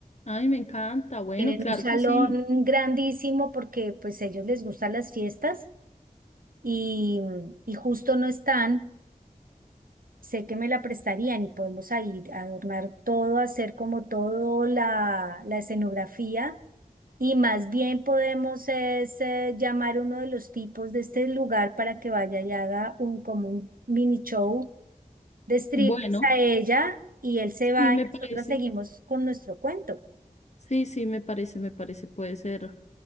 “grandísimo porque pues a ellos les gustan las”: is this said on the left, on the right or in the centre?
Right